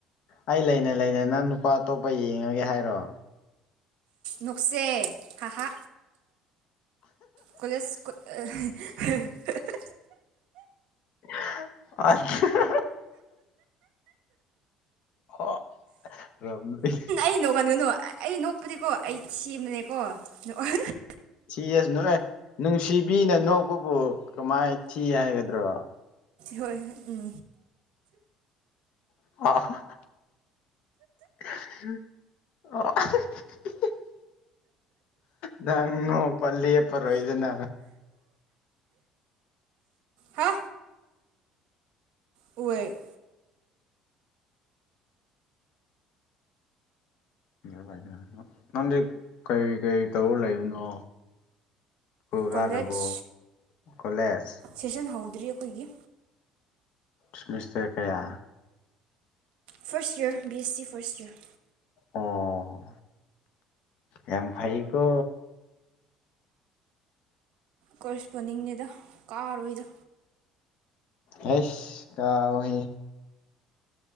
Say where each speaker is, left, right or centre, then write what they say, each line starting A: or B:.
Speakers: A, on the left (about 65°); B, on the right (about 75°).
A: ꯑꯩ ꯂꯩꯅ ꯂꯩꯅ ꯅꯪ ꯅꯨꯄꯥ ꯑꯇꯣꯞꯄ ꯌꯦꯡꯉꯒꯦ ꯍꯥꯏꯔꯣ
B: ꯅꯣꯛꯁꯦ ꯍꯍꯥ ꯀꯣꯂꯦꯖ ꯀ <unintelligible>
A: <unintelligible> ꯍꫭ ꯔꯝꯅꯤ
B: ꯑꯩ ꯅꯣꯛꯍꯟꯒꯅꯨ ꯑꯩ ꯅꯣꯛꯄꯗꯤꯀꯣ ꯑꯩ ꯊꯤꯕꯅꯦꯀꯣ ꯅꫭꯛꯍꯟ
A: ꯊꯤꯌꯦꯁ ꯅꯣꯏ ꯅꯨꯡꯁꯤꯕꯤꯅ ꯅꯣꯛꯕꯕꯨ ꯀꯃꯥꯏ ꯊꯤ ꯍꯥꯏꯒꯗ꯭ꯔꯣ
B: ꯍꯣꯏ ꯍꫭꯏ ꯎꯝ
A: <unintelligible> <unintelligible> ꯅꯪ ꯅꫭꯛꯄ ꯂꯤꯞꯄꯔꫭꯏ ꯗꯅ
B: ꯍꯥ ꯑꯣꯏ
A: <unintelligible> ꯅꯪꯗꯤ ꯀꯩ ꯀꯩ ꯇꯧꯔ ꯂꯩꯕꯅꯣ ꯁ꯭ꯀꯨꯜ
B: ꯀꯣꯂꯦꯖ
A: ꯀꯗ꯭ꯔꯕꫭ ꯀꯣꯂꯦꯖ
B: ꯁꯦꯁꯟ ꯍꯧꯗ꯭ꯔꯤ ꯑꯩꯈꯣꯏꯒꯤ
A: ꯁꯃꯤꯁꯇꯔ ꯀꯌꯥ
B: ꯐꯔꯁꯠ ꯏꯌꯔ ꯕꯤ ꯑꯦ ꯁꯤ ꯐꯔꯁꯠ ꯏꯌꯔ
A: ꯑꯣ ꯌꯥꯝꯐꯩꯀꯣ
B: ꯀꯣꯔꯦꯁ ꯄꯣꯅꯤꯡꯅꯤꯗ ꯀꯥꯔꯣꯏꯗ
A: ꯍꯥꯏꯁ ꯀꯥꯎꯍꯦ